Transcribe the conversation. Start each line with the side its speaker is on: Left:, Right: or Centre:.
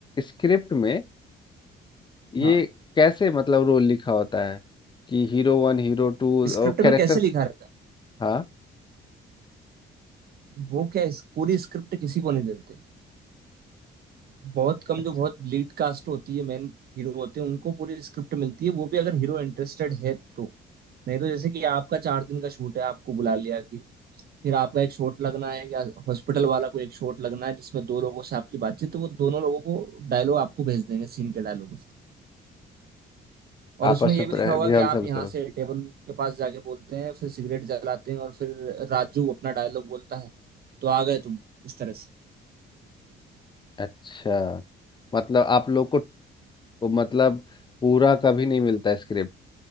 Left: स्क्रिप्ट में ये
Right: हाँ
Left: कैसे मतलब रोल लिखा होता है कि हीरो वन हीरो टू
Right: स्क्रिप्ट
Left: और कैरेक्टर
Right: में कैसे लिखा रहता है
Left: हाँ
Right: वो क्या इस, पूरी स्क्रिप्ट किसी को नहीं देते बहुत कम
Left: अच्छा
Right: जो बहुत लीड कास्ट होती है मेन हीरो होते हैं उनको पूरी स्क्रिप्ट मिलती है वो भी अगर हीरो इंटरेस्टेड है तो नहीं तो जैसे कि आपका चार दिन का शूट है आपको बुला लिया कि फिर आपका एक शॉट लगना है या हॉस्पिटल वाला को एक शॉट लगना है जिसमें दो लोगों से आपकी बातचीत तो वो दोनों लोगों को डायलॉग आपको भेज देंगे सीन के डायलॉग उसके और
Left: आपस
Right: उसमें ये
Left: में
Right: भी लिखा होगा
Left: रिहर्सल
Right: कि आप यहाँ
Left: करो
Right: से टेबल के पास जाके बोलते हैं फिर सिगरेट जलाते हैं और फिर राजू अपना डायलॉग बोलता है तो आ गए तुम इस तरह से
Left: अच्छा मतलब आप लोग को मतलब पूरा कभी नहीं मिलता स्क्रिप्ट